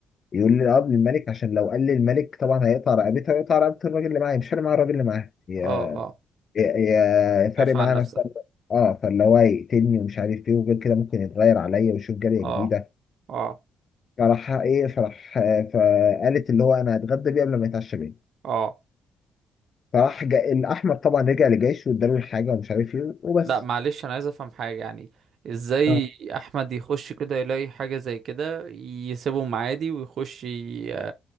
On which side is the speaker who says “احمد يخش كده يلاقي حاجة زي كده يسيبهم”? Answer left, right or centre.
Right